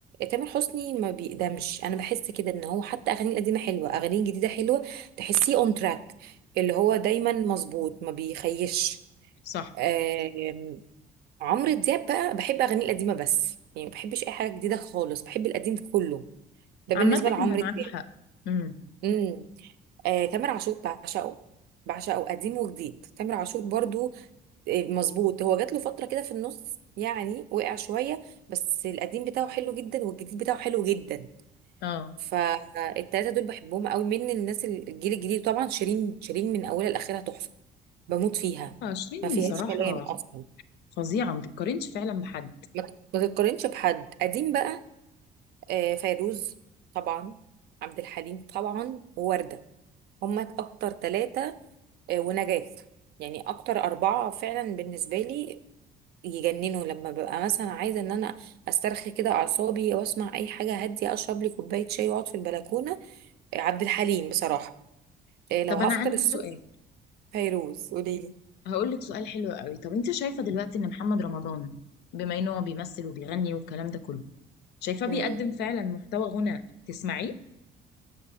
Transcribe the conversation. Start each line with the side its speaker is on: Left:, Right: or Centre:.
Right: تامر حسني ما بيقدمش انا بحس كده ان هو حتى اغانيه القديمه حلوه اغانيه الجديده حلوه تحسيه اون تراك اللي هو دايما مظبوط ما بيخيش
Left: صح
Right: آم، عمرو دياب بقى بحب اغانيه القديمه بس يعني ما بحبش اي حاجه جديده خالص بحب القديم كله ده
Left: عامه
Right: بالنسبه لعمرو
Left: اذا معاكي
Right: دياب
Left: حق امم
Right: مم. آه، تامر عاشور بعشقه بعشقه قديم وجديد تامر عاشور برضو آه، مظبوط هو جات له فترة كده في النص يعني وقع شوية بس القديم بتاعه حلو جدا والجديد بتاعه حلو جدا
Left: اه
Right: فالتلاتة دول بحبهم قوي من الناس الجيل الجديد طبعا شيرين شيرين من أولها لآخرها تحفة بموت فيها
Left: عشرين
Right: ما فيهاش
Left: بصراحه
Right: كلام أصلا
Left: فظيعه ما تتقارنش فعلا بحد
Right: ما تت- ما تتقارنش بحد قديم بقى آه، فيروز طبعا عبد الحليم طبعا ووردة هما أكتر تلاتة آه، ونجاة يعني اكتر اربعة فعلا بالنسبة لي يجننوا لما ببقى مثلا عايزة ان انا استرخي كده اعصابي واسمع اي حاجة هادية اشرب لي كوباية شاي واقعد في البلكونة آه، عبد الحليم بصراحة آه، لو
Left: طب
Right: هفطر
Left: انا عندي
Right: الصبح
Left: سؤال
Right: فيروز قوليلي
Left: هقول لك سؤال حلو قوي طب انت شايفه دلوقتي ان محمد رمضان بما ان هو بيمثل وبيغني والكلام ده كله شايفاه بيقدم
Right: امم
Left: فعلا محتوى غنى تسمعيه